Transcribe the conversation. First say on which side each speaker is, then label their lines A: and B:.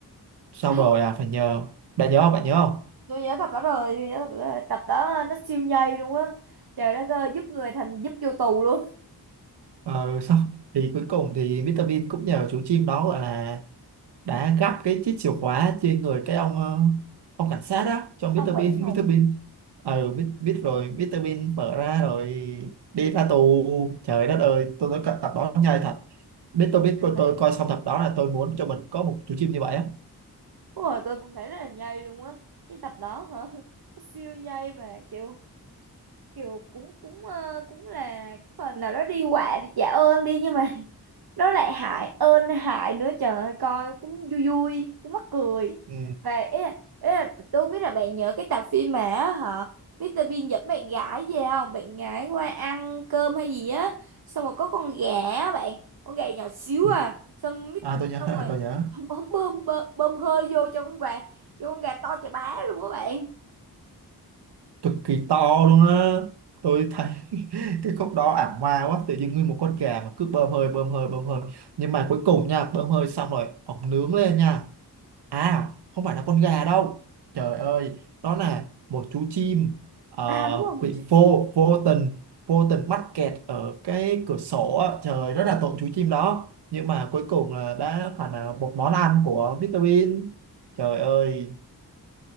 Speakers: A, on the right; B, on the right.
A: xong
B: Ừ, <laughs>
A: rồi à, phải nhờ bạn nhớ không bạn nhớ không
B: tôi nhớ tập đó rồi tôi nhớ tập đó rồi tập đó nó siêu nhây luôn á trời đất ơi giúp người thành giúp vô tù luôn
A: Ờ, sau thì cuối cùng thì Mr. Bean cũng nhờ chú chim đó gọi là đã gắp cái chiếc chìa khóa trên người cái ông ờ, ông cảnh sát đó cho Mr.
B: ông Quảng
A: Bean
B: Ngọc
A: <laughs> Mr. Bean ờ biết, biết rồi Mr. Bean mở ra rồi đi ra tù trời đất ơi tôi nói cả- tập đó nhai thật biết tôi biết coi
B: này
A: tôi coi xong tập đó là tôi muốn cho mình có một chú chim như vậy á
B: đúng rồi tôi cũng thấy rất là nhây luôn á cái tập đó hả <laughs> nó siêu nhây mà kiểu kiểu cũng cũng ờ, cũng là cái phần nào đó đi quạ để trả ơn đi nhưng mà <laughs> nó lại hại ơn hại nữa trời ơi coi cũng vui vui cũng mắc cười
A: ừ.
B: và ý là, ý là tôi không biết là bạn nhớ cái tập phim mà á hả Mr Bean dẫn bạn gái về không bạn gái qua ăn cơm hay gì á xong rồi có con gà á bạn con gà nhỏ xíu
A: ừ.
B: à xong mít
A: à tôi nhớ
B: xong
A: <laughs> rồi,
B: rồi
A: tôi nhớ
B: <laughs> ông ông bơm bơm, bơm hơi vô cho con gà cho con gà to chà bá luôn các bạn
A: cực kỳ to luôn á tôi thấy cái khúc đó ảo ma quá tự nhiên nguyên một con gà mà cứ bơm hơi bơm hơi bơm hơi nhưng mà cuối cùng nha bơm hơi xong rồi ổng nướng lên nha à không phải là con gà đâu trời ơi đó là một chú chim ờ,
B: à đúng rồi một
A: bị
B: chú chim
A: vô vô tình vô tình mắc kẹt ở cái cửa sổ á. trời rất là tội chú chim đó nhưng mà cuối cùng là đã phải là một món ăn của Vitamin trời ơi